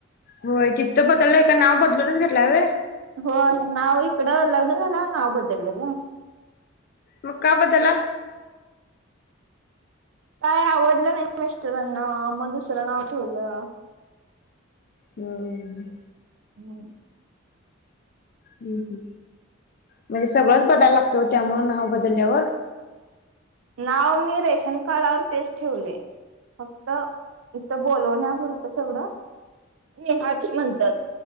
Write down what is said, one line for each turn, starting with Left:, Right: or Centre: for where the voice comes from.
Left: होय तिथं बदललंय, का नाव बदलूनच घेतलाय व्हय.
Right: हो नाव इकडं, लग्न झाल्यावर नाव बदलल गं.
Left: मग का बदलला?
Right: काय आवडलं नाही मिस्टरांना मग दुसरं नाव ठेवलं.
Left: हम्म.
Right: हम्. <inaudible>
Left: हम्म हं,, म्हणजे सगळंच बदायला लागतं ओ त्यामुळं नाव बदलल्यावर.
Right: नाव मी रेशन कार्डावर तेच ठेवलय. फक्त, इथं बोलवण्यापुरतं तेवढं. नेहाच म्हणत्यात.